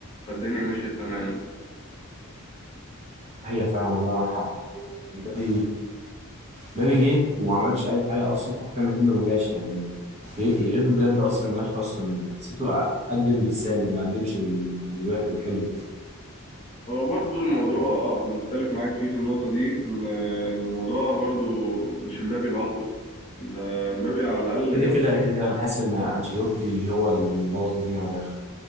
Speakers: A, on the left; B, on the right.
A: فالدنيا مشيت تمام
B: هي فعلا والله معاك حق امبابي مبابي جه وما عملش اي حاجه اصلا حرفيا اكنه ما جاش يعني يا ريته بجد اصلا ما جاش اصلا حسيته قدم بالسالب ما قدمش بال- بالو- بالحلو
A: هو برضو الموضوع انا مختلف معاك فيه في النقطه دي ان الموضوع برضو مش مبابي لوحده انت مبابي على الاقل
B: كده
A: جاب
B: كده
A: لك
B: كده كده انا حاسس ان انشيلوتي هو اللي مبوظ الدنيا على الاخر